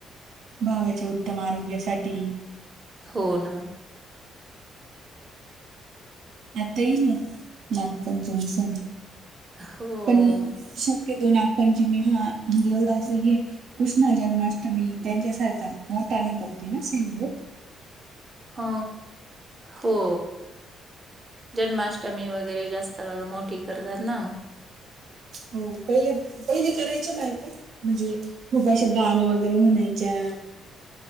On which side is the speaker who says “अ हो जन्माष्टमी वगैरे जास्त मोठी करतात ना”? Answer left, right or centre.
Right